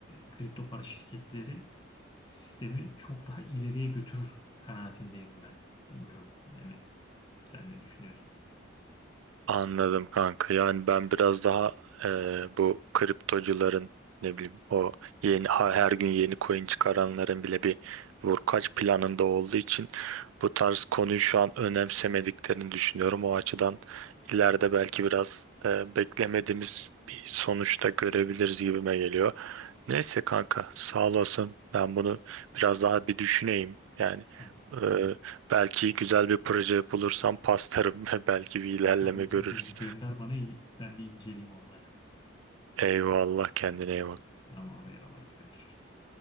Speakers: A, on the left; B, on the right.
A: kripto para şirketleri sistemi çok daha ileriye götürür kanaatindeyim ben. Bilmiyorum yani sen ne düşünüyorsun?
B: Anladım kanka. Yani ben biraz daha e, bu kriptocuların ne bileyim o yeni ha- her gün yeni coin çıkaranların bile bir vurkaç planında olduğu için bu tarz konuyu şu an önemsemediklerini düşünüyorum. O açıdan ileride belki biraz e, beklemediğimiz bir sonuçta görebiliriz gibime geliyor. Neyse kanka sağ olasın. Ben bunu biraz daha bir düşüneyim. Yani
A: Ha,
B: e, belki güzel bir proje bulursam pastarım <laughs> ve belki bir ilerleme
A: Tamam
B: görürüz.
A: kankacığım gönder bana il- ben bir inceleyeyim onları.
B: Eyvallah kendine iyi bak.
A: Tamam eyvallah hadi görüşürüz.